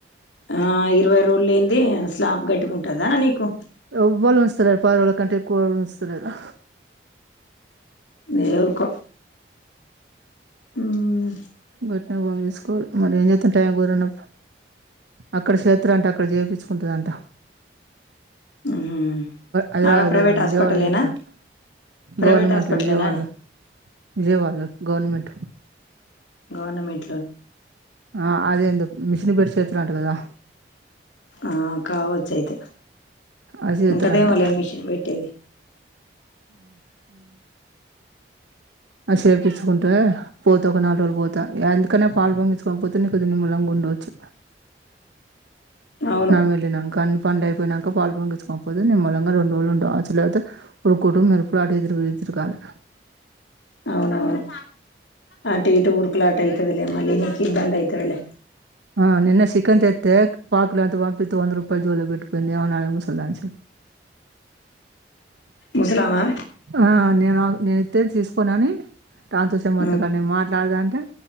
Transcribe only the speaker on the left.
ఆ ఇరవై రోల్ లేనింది స్లాబ్ గట్టుకుంటదా నీకు
నేవుకా ఉమ్
ఉమ్
ఆడ ప్రైవేట్
హాస్పిటలేనా
ప్రైవేట్
హాస్పిటలేనా
అని
గవర్నమెంట్
ఆ కావచ్చ అయితే
ఉంటదేమోలే మిషన్ పెట్టేది
అవును
అవునవును ఆట ఇటు ఊర్కులు ఆట అయితది మళనికి ఇబందంది యితే వాళలే
ముసలామా
ఉమ్